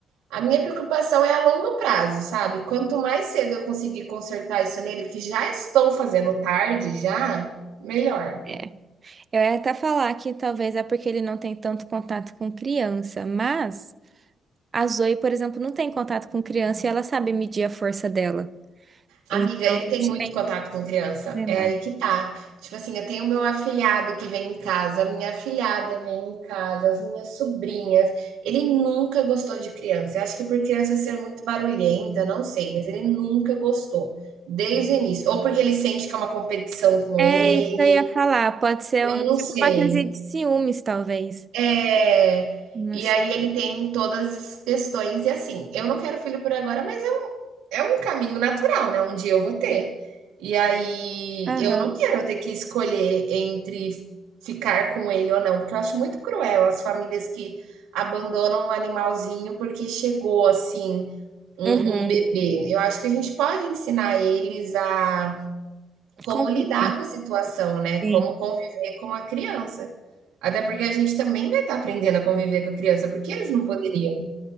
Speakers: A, on the right (about 85°); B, on the right (about 40°).
A: a minha preocupação é a longo prazo, sabe. Quanto mais cedo eu conseguir consertar isso nele, que já estou fazendo tarde já, melhor.
B: É. Eu ia até falar que talvez é porque ele não tem tanto contato com criança, mas a Zoe, por exemplo, não tem contato com criança e ela sabe medir a força dela.
A: Amiga,
B: Então,
A: ele
B: acho
A: tem muito
B: que vai
A: contato com criança.
B: treinar.
A: É aí que tá. Tipo assim, eu tenho o meu afilhado que vem em casa, a minha afilhada vem em casa, as minhas sobrinhas. Ele nunca gostou de criança. Eu acho que por criança ser muito barulhenta, eu não sei, mas ele nunca gostou. Desde o início. Ou porque ele sente que é uma competição com
B: É
A: ele.
B: isso que eu ia falar. Pode ser
A: Eu
B: um
A: não
B: tipo
A: sei.
B: uma crise de ciúmes, talvez.
A: É.
B: Mas...
A: E aí ele tem todas as questões. E assim, eu não quero filho por agora, mas é um caminho natural, né, um dia eu vou ter. E aí
B: Aham.
A: eu não quero ter que escolher entre ficar com ele ou não, porque eu acho muito cruel as famílias que abandonam um animalzinho porque chegou, assim, um
B: Uhum.
A: um bebê. Eu acho que a gente pode ensinar eles a como
B: Conviver.
A: lidar com a situação, né,
B: Sim.
A: como conviver com a criança. Até porque a gente também vai estar aprendendo a conviver com a criança, porque eles não poderiam.